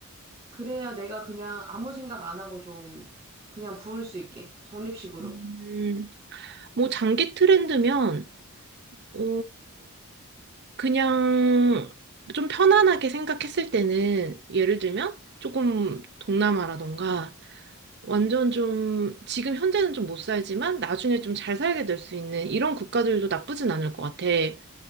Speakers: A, on the right; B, on the right.
A: 그래야 내가 그냥 아무 생각 안 하고 좀 그냥 부을 수 있게, 적립식으로.
B: 음, 뭐 장기 트렌드면, 어, 그냥 좀 편안하게 생각했을 때는 예를 들면 조금 동남아라던가 완전 좀 지금 현재는 좀 못 살지만 나중에 좀 잘 살게 될 수 있는 이런 국가들도 나쁘진 않을 것 같아. 근데